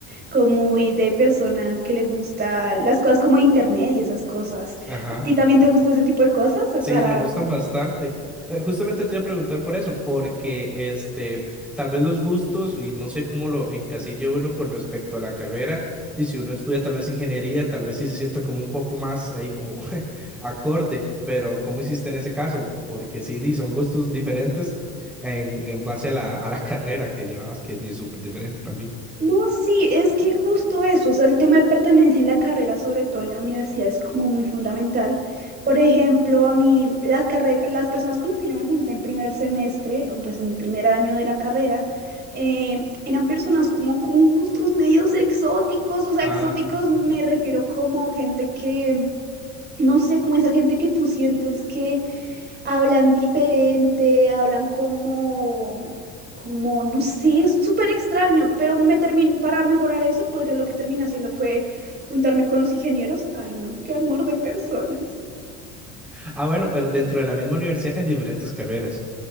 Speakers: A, on the right (about 30°); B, in the centre.
A: como muy de persona que le gusta las cosas como internet y esas cosas.
B: Ajá.
A: ¿A ti también te gusta ese tipo de cosas
B: Sí,
A: para
B: me gustan bastante. Eh, justamente te iba a preguntar por eso, porque este, tal vez los gustos, y no sé cómo lo encasilla uno con respecto a la carrera, y si uno estudia tal vez ingeniería, tal vez sí se sienta como un poco más ahí como <laughs> acorde, pero ¿cómo hiciste en ese caso? Porque sí, di, son gustos diferentes en, en base a la, a la <laughs> carrera que llevabas, que es súper diferente también.
A: No, sí, es que justo eso, o sea, el tema de pertenencia en la carrera, sobre todo en la universidad, es como muy fundamental. Por ejemplo, a mí, la carrera, las personas con las que yo me junté en primer semestre, o pues en mi primer año de la carrera, eh, eran personas como con gustos medios exóticos, o sea,
B: Ah.
A: exóticos me
B: <laughs>
A: refiero como gente que, no sé, como esa gente que tú sientes que Hablan diferente, hablan como, como, no sé, es súper extraño, pero me termin para mejorar eso, pues yo lo que terminé haciendo fue juntarme con los ingenieros. Ay, no, qué amor de personas.
B: Ah, bueno, pero dentro de la misma universidad en diferentes carreras.